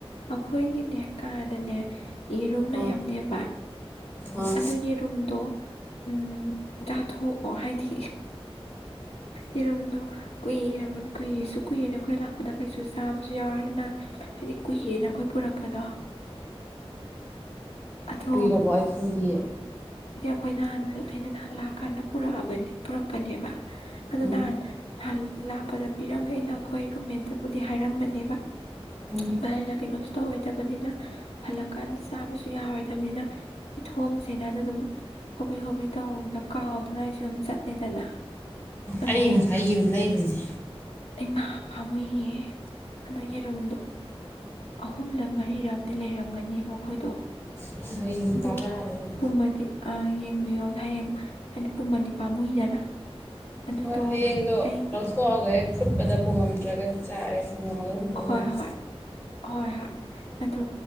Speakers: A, on the left; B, on the left.
A: ꯑꯩꯈꯣꯏꯒꯤꯅꯦ ꯀꯥꯗꯅꯦ ꯌꯦꯔꯨꯝ ꯂꯩꯔꯝꯅꯦꯕ
B: ꯑꯥ ꯑꯥ
A: ꯑꯗꯨ ꯌꯦꯔꯨꯝꯗꯣ ꯎꯝ ꯆꯥꯊꯣꯛꯑꯣ ꯍꯥꯏꯗꯤ ꯌꯦꯔꯨꯝꯗꯣ ꯀꯨꯏ ꯀꯨꯏꯔꯁꯨ ꯀꯨꯏꯔꯦꯅ ꯑꯩꯈꯣꯏ ꯂꯥꯛꯄꯗ ꯀꯩꯁꯨ ꯆꯥꯕꯁꯨ ꯌꯥꯎꯔꯅꯤꯅ ꯍꯥꯏꯗꯤ ꯀꯨꯏꯔꯦꯅ ꯑꯩꯈꯣꯏ ꯄꯨꯔꯛꯄꯗꯣ ꯑꯗꯣ
B: ꯀꯨꯏꯔꯕꯣ ꯑꯩ ꯈꯪꯗ
A: ꯑꯩꯣꯏꯍꯥꯟ ꯑꯩꯅ ꯅꯍꯥꯟ ꯂꯥꯛ ꯀꯥꯟꯗ ꯄꯨꯔꯛꯑꯕꯅꯤ ꯄꯨꯔꯛꯄꯅꯦꯕ ꯑꯗꯨꯗ
B: ꯎꯝ
A: ꯅꯥꯟ ꯍꯜ ꯂꯥꯛꯄꯗ ꯄꯤꯔꯝꯒꯦ ꯑꯩꯅ ꯑꯩꯈꯣꯏ ꯔꯨꯝꯃꯦꯠꯇꯕꯨꯗꯤ ꯍꯥꯏꯔꯝꯕꯅꯦꯕ
B: ꯎꯝ
A: ꯔ ꯊꯒꯦ ꯅꯁ ꯍ ꯊꯦ ꯅꯤꯅ ꯍꯜꯂꯛꯀꯥꯟꯗ ꯆꯥꯕꯁꯨ ꯌꯥꯔꯣꯏꯗꯕꯅꯤꯅ ꯏꯊꯣꯝꯁꯦꯅ ꯑꯗꯨꯝ ꯍꯣꯕꯤ ꯍꯣꯕꯤ ꯇꯧꯗ ꯀꯥꯎꯗꯅ ꯑꯩꯁꯨ ꯑꯗꯨꯝ ꯆꯠꯂꯦꯗꯅ ꯑꯗꯣ
B: ꯑꯩ ꯉꯁꯥꯏ ꯌꯦꯔꯨꯝ ꯂꯩꯔꯨꯏꯅꯦ
A: ꯑꯩꯃꯥ ꯄꯥꯝꯃꯨꯏꯌꯦ ꯑꯗꯨꯏ ꯌꯦꯔꯨꯝꯗꯣ ꯑꯍꯨꯝꯂ ꯃꯔꯤꯔꯝꯗꯤ ꯂꯩꯔꯝꯒꯅꯦꯕ ꯑꯩꯈꯣꯏꯗꯣ
B: ꯑꯩ ꯉꯁꯥꯏ ꯌꯦꯔꯨꯝ
A: ꯑꯗꯣ
B: ꯇꯔꯥ ꯂꯩꯔꯨ
A: ꯄꯨꯝꯃꯗꯤ ꯑ ꯌꯦꯡ ꯃꯤꯉꯣꯟꯗ ꯍꯌꯦꯡ ꯍꯥꯏꯗꯤ ꯄꯨꯝꯃꯗꯤ ꯄꯥꯝꯃꯨꯏꯗꯅ ꯑꯗꯨꯗꯣ
B: ꯍꯣꯏ ꯍꯌꯦꯡꯗꯣ
A: ꯑꯩꯒꯤ
B: ꯂꯧꯊꯣꯛꯑꯒ ꯍꯦꯛ ꯐꯨꯠꯄꯗ ꯄꯨꯝꯗ꯭ꯔꯒꯗꯤ ꯆꯥꯔꯦ ꯄꯨꯝꯃꯝꯃꯒ ꯍꯨꯟꯗꯣꯛꯈ꯭ꯔꯕꯅꯤ
A: ꯍꯣꯏ ꯍꯣꯏ ꯍꯣꯏ ꯍꯣꯏ ꯑꯗꯣ